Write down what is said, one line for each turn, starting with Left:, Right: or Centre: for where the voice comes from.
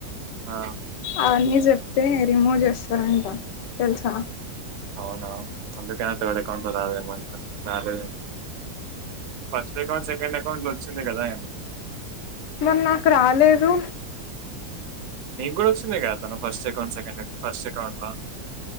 Right: ఆ
Left: అవన్నీ చెప్ ప్తే రిమూవ్ చేస్తారంట తెలుసా
Right: అవును అందుకే థర్డ్ అకౌట్ లొ రాదేమో ఇంకా రాలె స్ట్ అకౌట్ సెకండ్ అకౌంట్ వచ్చింది కదా
Left: మరి నాకు రాలేదు
Right: నీకు కూడా వచ్చింది కాదా తన first account second account first account లో